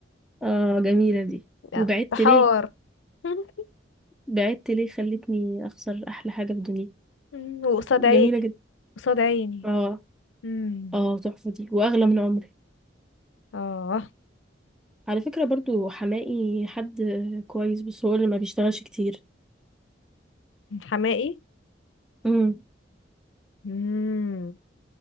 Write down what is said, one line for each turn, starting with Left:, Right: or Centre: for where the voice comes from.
Centre: اه جميلة دي
Left: لا،
Centre: وبعدت
Left: ده حوار
Centre: ليه
Left: <laughs>
Centre: بعدت ليه خلتني أخسر أحلى حاجة في الدنيا
Left: مم. وقصاد
Centre: جميلة
Left: عيني
Centre: جدا
Left: قصاد عيني
Centre: اه
Left: امم
Centre: اه تحفة دي وأغلى من عمري
Left: اه
Centre: على فكرة برضو حماقي حد كويس بس هو اللي ما بيشتغلش كتير
Left: حماقي
Centre: امم
Left: امم